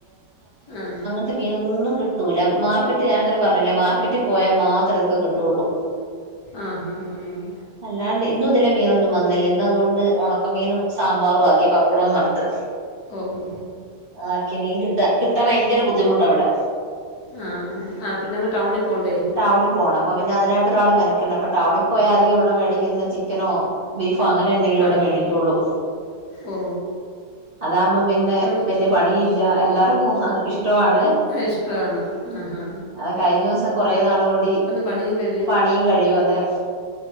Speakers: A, on the left; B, on the right.
A: ആഹ്
B: ത്തെ മീനൊന്നും കിട്ടൂല്ല മാർക്കറ്റ് ഞൻന്നെലെ പറഞ്ഞില്ലെ മാർക്കറ്റിൽ പോയാൽ മാത്ര ഇതൊക്കെ കിട്ടുള്ളൂ..
A: ആഹ് ആഹ് ആഹ്..
B: അല്ലാണ്ട് ഇന്നും ഇതിലെ മീനൊന്നും വന്നില്ല ഇന്ന് അതുകൊണ്ട് ഉണക്കമീനും സാമ്പാറും ആക്കി പപ്പടവും വറ്ത്ത്..
A: ഓ ഓ
B: ആക്കി മീൻ കിട്ട കിട്ടാൻ ഭയങ്കര ബുദ്ധിമുട്ട ഇവിടെ
A: ആഹ് ആ പിന്നെ അങ്ങ് ടൗണിൽ പോണ്ടെ
B: ടൗണിൽ പോകണം അപ്പൊ പിന്നെ അതിനായിട്ടൊ ഒരാൾ മെനക്കെണ്ടണ്ണം അപ്പ ടൗണിൽ പോയാ അധികം ഇവിടെ മേടിക്കുന്ന ചിക്കനോ.. ബീഫോ അങ്ങനെ എന്തെങ്കിലും
A: ആഹ്
B: ഇവിടെ മേടിക്കെള്ളൂ..
A: ഓ
B: അതാകുമ്പോം പിന്നെ
A: നമുക്ക്
B: വല്യ പണി ഇല്ല എല്ലാർക്കും ഇഷ്ടവാണ്
A: ആഹ് ഇഷ്ടവാണ് ആഹാ
B: അത് കഴിഞ്ഞ ദിവസം കൊറെ നാള് കൂടി
A: പണിയും കഴിയും
B: പണിയും കഴിയും അതെ